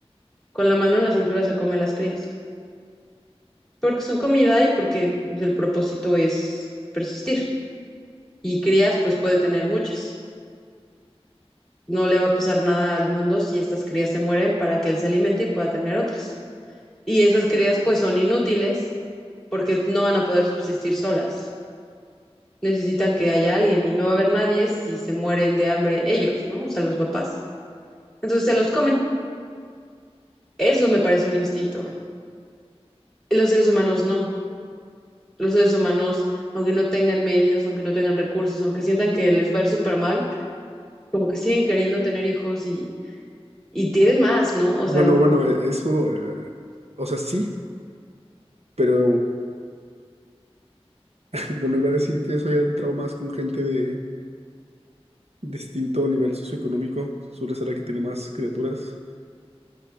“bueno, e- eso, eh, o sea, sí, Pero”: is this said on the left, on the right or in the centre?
Right